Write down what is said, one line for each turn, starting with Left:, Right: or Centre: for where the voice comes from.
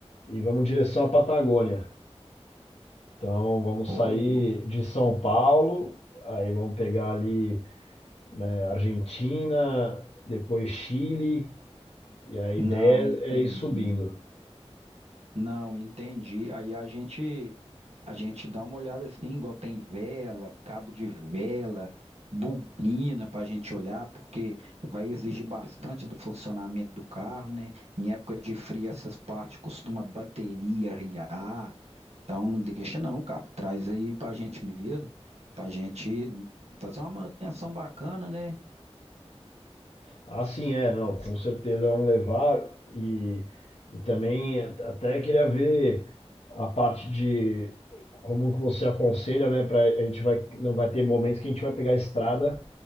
Left: e vamos em direção à Patagônia. Então vamos
Right: Ô,
Left: sair de São Paulo, aí vamos pegar ali, né, Argentina, depois Chile, e a ideia
Right: Não entendi.
Left: é ir subindo.
Right: Não entendi. Aí a gente a gente dá uma olhada assim, igual tem vela, cabo de vela, bobina para a gente olhar, porque vai exigir bastante do funcionamento do carro, né? Em época de frio essas partes costuma bateria riar, então não deixa não, cara. Traz aí para a gente mesmo, para a gente fazer uma manutenção bacana, né?
Left: Ah, sim, é, não, com certeza vão levar e, e também até queria ver a parte de como que você aconselha, né, para a gente vai não vai ter momentos que a gente vai pegar a estrada